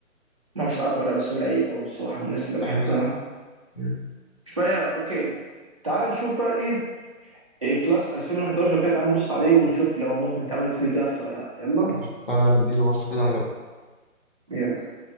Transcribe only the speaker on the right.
ما اعرفش تعرفه ولا لا، بس هو لعيب برضه الصراحه من الناس اللي
بحبها
فيا اوكي تعال نشوف بقى ايه, إيه كلاس 2011 كده تعال نبص عليه ونشوف لو ممكن يتعمل في درافت ولا لا يلا
يلا